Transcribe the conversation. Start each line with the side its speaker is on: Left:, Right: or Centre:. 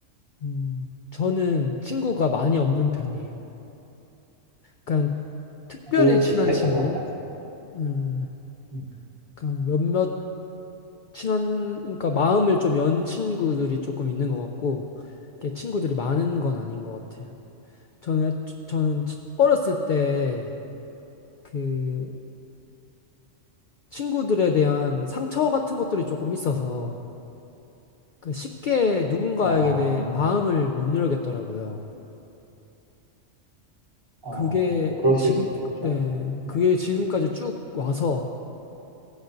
Left: 음. 저는 친구가 많이 없는 편이에요. 그냥 특별히
Right: 저도
Left: 친한
Right: 비슷했던
Left: 친구,
Right: 것 같아요.
Left: 음,
Right: 음.
Left: 그냥 몇몇 친한, 그러니까 마음을 좀 연 친구들이 조금 있는 것 같고, 이렇게 친구들이 많은 건 아닌 것 같아요. 저는, 저는 어렸을 때 그 친구들에 대한 상처 같은 것들이 조금 있어서 그 쉽게 누군가에게
Right: 아,
Left: 대해 마음을 못 열겠더라고요.
Right: 아,
Left: 그게
Right: 그러실
Left: 지금,
Right: 수도 있죠.
Left: 네,
Right: 네.
Left: 그게 지금까지 쭉 와서